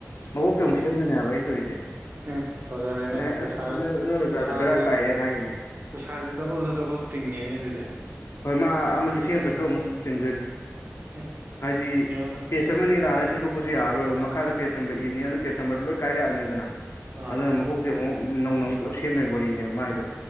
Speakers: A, on the left; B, on the right.
A: ꯃꯀꯣꯛꯇꯩ ꯑꯃꯨꯛ ꯁꯦꯝꯗꯣꯏꯅꯦ ꯍꯥꯏꯕ ꯑꯩꯅ ꯇꯧꯔꯤꯁꯦ
B: ꯎꯝ ꯐꯖꯔꯦꯅꯦ
A: ꯑꯦ
B: ꯄꯩꯁꯥ
A: ꯑꯁ ꯅꯣꯏ ꯅꯣꯏ ꯑꯣꯖꯥꯗꯣ
B: ꯄꯩꯁꯥꯁꯦ
A: ꯕꯦꯔꯥ ꯀꯥꯏꯑꯦꯅ ꯍꯥꯏꯒꯤꯅꯦ
B: ꯄꯩꯁꯥꯁꯦ ꯗꯕꯜꯗ ꯗꯕꯜ ꯇꯤꯡꯉꯦꯅꯦ ꯑꯗꯨꯗꯤ
A: ꯍꯣꯏ ꯃꯥ ꯑꯃ ꯂꯤꯁꯤꯡ ꯑꯃ ꯆꯥꯇ꯭ꯔꯨꯛꯃꯨꯛ ꯇꯤꯡꯗꯣꯏꯅꯦ
B: ꯍꯨꯝ
A: ꯍꯥꯏꯗꯤ
B: ꯌꯦꯡꯉꯨꯅꯦ
A: ꯇꯦꯁ ꯆꯞꯑꯃꯅꯤ ꯂꯥꯛꯑꯒ ꯁꯦꯝꯗꯣꯛꯄꯁꯨ ꯌꯥꯔꯣꯏꯕ ꯃꯈꯥꯗ ꯄꯦꯖ ꯅꯝꯕꯔ ꯏꯕꯅꯤ ꯑꯗꯨꯅ ꯄꯦꯖ ꯅꯝꯕꯔꯗ ꯂꯣꯏ ꯀꯥꯏꯔꯛꯑꯅꯤꯗꯅ
B: ꯑꯥ
A: ꯑꯗꯨꯅ ꯃꯀꯣꯛꯇꯤ ꯑꯃꯨꯛ ꯅꯧꯅ ꯑꯃꯨꯛ ꯄꯨꯂꯞ ꯁꯦꯝꯃꯦꯕ ꯋꯥꯔꯤꯅꯦꯕ ꯃꯥꯏꯗꯣ